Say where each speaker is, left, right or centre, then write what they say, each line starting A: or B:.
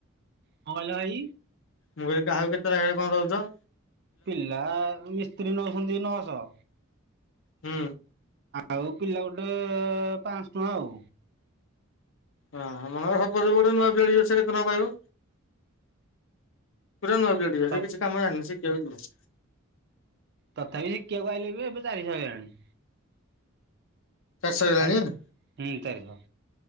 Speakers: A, on the right; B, on the left.
A: କଣ କହିଲ ଭାଇ
B: ମୁଁ କହିଲି କାହାକୁ କେତେ ନେଖା କଣ ଦଉଚ?
A: ପିଲା ମିସ୍ତ୍ରୀ ନଉଚନ୍ତି ନଅଶହ।
B: ହୁଁ।
A: ଆଉ ପିଲା ଗୋଟେ ପାଆଁଶ ଟଙ୍କା ଆଉ।
B: ହଁ ମନେକର ସପୋଜ ଗୋଟେ ନୂଆ ପିଲାଟି ଆସିବ। ସେ କେତେ ଟଙ୍କା ପାଇବ? ପୁରା ନୂଆ ପିଲାଟି ବି ଆସିବ।
A: ଆଉ
B: ସେ କିଛି କାମ ଜାନି ଶିଖିବାକୁ ଯିବ।
A: ତଥାପି ଶିଖିବାକୁ ଆଇଲେ ବି ଏବେ ଚାରିଶହ ହେଇଗଲାଣି।
B: ଚାରିଶ ହେଇଗଲାଣି?
A: ଖାଇ ହୁଁ ଚାରିଶହ